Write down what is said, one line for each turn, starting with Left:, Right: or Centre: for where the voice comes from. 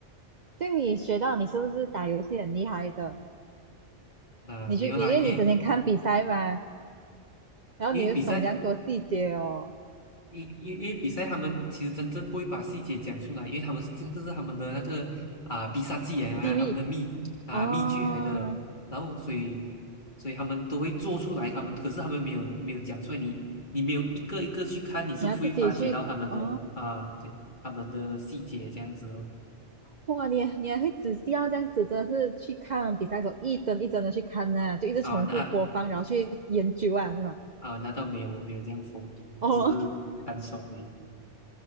Right: 对你学到你是不是打游戏很厉害的？
Left: 啊，
Right: 你去，
Left: 没有啦，
Right: 你因为你整天看比赛嘛，
Left: 因为
Right: 然后你又懂这样多细节哦，
Left: 因为比赛，因因因为比赛他们其实真正不会把细节讲出来，因为他们是这这是他们的那个啊必杀技啊，
Right: 机密。
Left: 他们的秘啊秘诀来的，
Right: 哦，
Left: 然后所以所以他们都会做出来，他们可是他们没有没有讲出来，你你没有一个一个去看，你是不会发觉到他们的啊对他们的细节这样子哦。
Right: 你要自己去哦，哇，你也你还会仔细要这样子，真的是去看比赛的时候一帧一帧的去看呐、就一直重复播放，
Left: 啊，那
Right: 然后去研究啊，是吗？
Left: 啊，那倒没有，我没有这样疯狂，
Right: 哦
Left: 我只是单爽而已。
Right: <laughs>